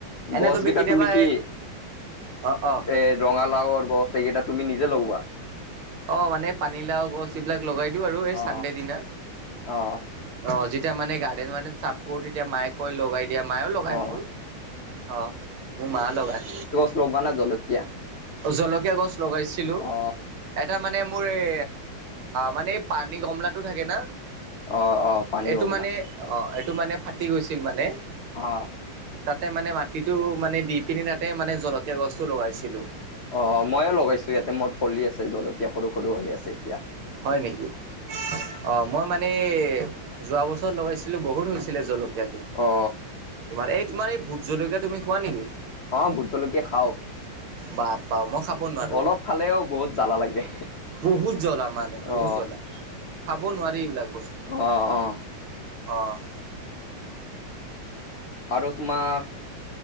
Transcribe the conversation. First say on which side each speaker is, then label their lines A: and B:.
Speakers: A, on the right; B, on the left.
A: এনে
B: গছকেইটা
A: কেতিয়াবা
B: তুমি কি
A: অ অ
B: এ ৰঙালাওৰ গছ এইকেইটা তুমি নিজে লগোৱা?
A: অ' মানে পানীলাও গছ এইবিলাক লগাই দিওঁ আৰু এই
B: অ
A: চানডে দিনা
B: অ
A: অ' যি তিয়া মানে গাৰ্ডন মাৰ্দেন চাপ কৰোঁ তেতিয়া মায়ে কই লগাই দিয়া মায়ো লগায়
B: অ
A: মোৰ। অ' মোৰ মা লগায়।
B: প্ৰৱানা জলকীয়া।
A: জলকীয়া গছ লগাইছিলোঁ।
B: অ
A: এটা মানে মোৰ এই মানে এই পানী গমলটো থাকে না।
B: অ অ পানী
A: এইটো
B: গমলা
A: মানে অ' এইটো মানে ফাটি গৈছিল মানে।
B: অ'।
A: তাতে মানে মাটিটো মানে দি পিনি তাতে মানে জলকীয়া গছটো লগাইছিলোঁ।
B: অ' ময়ো লগাইছোঁ ইয়াতে, মোৰ পলি আছে জলকীয়া সৰু সৰু হৈ আছে এতিয়া।
A: হয় নেকি? অ' মই মানে যোৱা বছৰত লগাইছিলোঁ, বহুত হৈছিলে জল কিয়াটো।
B: অ
A: তোমাৰ এই তোমাৰ এই ভোট জলকীয়া তুমি খোৱা নেকি?
B: অ', ভোট জলকীয়া খাও
A: বাপ পাও মই খাব নোৱাৰো
B: অলপ খালেও বহুত জ্বালা লাগে
A: বহুত জ্বল আমাৰ বহুত
B: অ
A: জ্বলা খাব নোৱাৰি এইবিলাক বস্তু।
B: অ', অ'
A: অ'
B: আৰু তোমাক